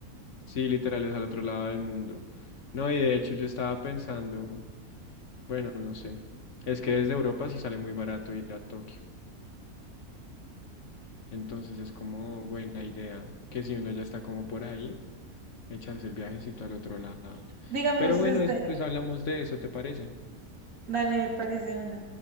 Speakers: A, on the left; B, on the right.
A: sí, literal es al otro lado del mundo. No, y de hecho yo estaba pensando, bueno, no sé, es que desde Europa sí sale muy barato ir a Tokio. Entonces es como buena idea que si uno ya está como por ahí, echarse el viajecito al otro lado.
B: Digamos
A: Pero bueno,
B: desde,
A: después hablamos de eso, ¿te parece?
B: dale, me parece una.